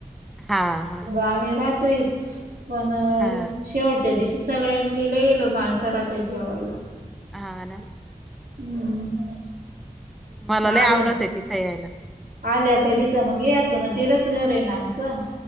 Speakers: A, in the centre; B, on the right (about 85°).
A: हा हा
B: आम्हीं राहतोयचं पणं
A: हा
B: शेवट त्या दिवशी सगळ्यांनी लई माणसं राहत्यात जेवायला.
A: हा, ना,
B: हम्म
A: मला लई
B: आल्या
A: आवडतय तिथे यायला.
B: आल्या कधी तर मग याचं मग, तिकडच घर आहे ना आमचं